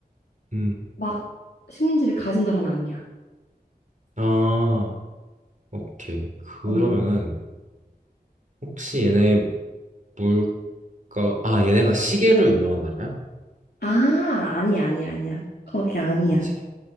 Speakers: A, on the right; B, on the left.
A: 음,
B: 막 식민지를 가진 나라는 아니야.
A: 아, 오케이. 그러면은
B: 어,
A: 혹시 얘네 물가, 아, 얘네가 시계로 유명한 나라야?
B: 아, 아니야, 아니야, 아니야. 거기 아니야.
A: 시계?